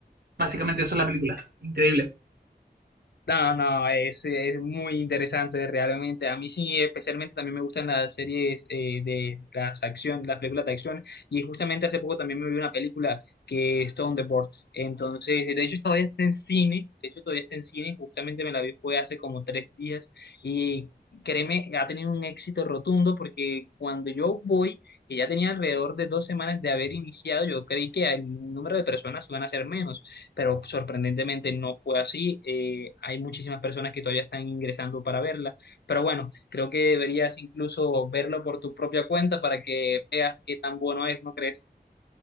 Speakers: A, on the right; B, on the left.
A: básicamente eso es la película, increíble.
B: No, no, es, es muy interesante realmente. A mí sí, especialmente también me gustan las series eh, de las acción, las películas de acción. Y justamente hace poco también me vi una película que es Thunderbolt. Entonces, de hecho todavía está en cine. De hecho todavía está en cine. Justamente me la vi fue hace como tres días. Y créeme, ha tenido un éxito rotundo porque cuando yo voy, que ya tenía alrededor de dos semanas de haber iniciado, yo creí que el número de personas iban a ser menos pero sorprendentemente no fue así. Eh, hay muchísimas personas que todavía están ingresando para verla, pero bueno, creo que deberías incluso verlo por tu propia cuenta para que veas qué tan bueno es, ¿no crees?